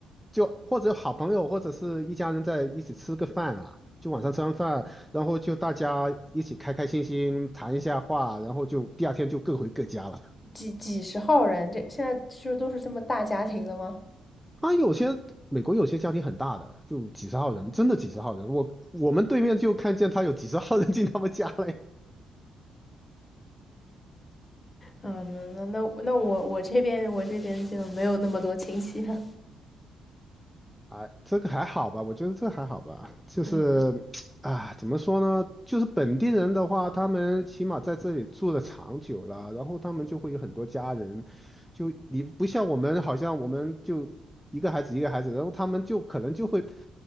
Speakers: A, in the centre; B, on the left.
A: 就或者好朋友或者是一家人在一起吃个饭啊，就晚上吃完饭，然后就大家一起开开心心谈一下话，然后就第二天就各回各家了。
B: 几几十号人，这现在就都是这么大家庭了吗？
A: 他有些美国有些家庭很大的，就几十号人，真的几十号人。我我们对面就看见他有几十号人进他们家嘞。
B: 嗯，那那那那我我这边我这边就没有那么多亲戚了。
A: 哎，这个还好吧？我觉得这还好吧。
B: <laughs>
A: 就是啊，
B: 嗯，
A: 怎么说呢？就是本地人的话，他们起码在这里住的长久了，然后他们就会有很多家人。就你不像我们，好像我们就一个孩子一个孩子，然后他们就可能就会